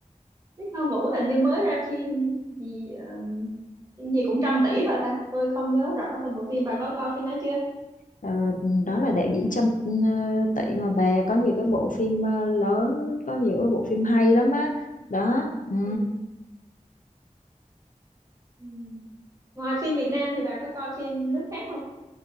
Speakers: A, on the right (about 25°); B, on the left (about 75°).
A: Đức Thơ Vũ hình như mới ra phim gì ờ, phim gì cũng trăm tỷ rồi ta tôi không nhớ rõ tôi một phim bà có coi phim đó chưa
B: Ờ, đó là đạo diễn Trâm ờ, Tị mà bà có nhiều cái bộ phim ờ, lớn có nhiều cái bộ phim hay lắm á đó ừ.
A: ừ ừ ngoài phim Việt Nam thì bà có coi phim nước khác không